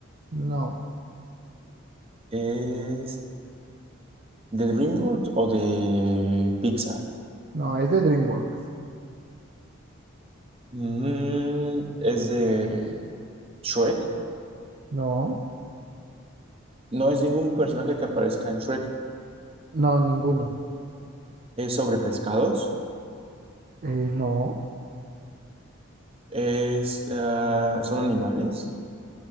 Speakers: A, on the right (about 45°); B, on the right (about 25°).
A: No.
B: ¿Es ¿De DreamWorks o de Pixar?
A: No, es de DreamWorks.
B: Mm, es de Shrek.
A: No.
B: No es ningún personaje que aparezca en Shrek.
A: No, ninguno.
B: Es sobre pescados.
A: Eh, no.
B: Es, ah, son animales.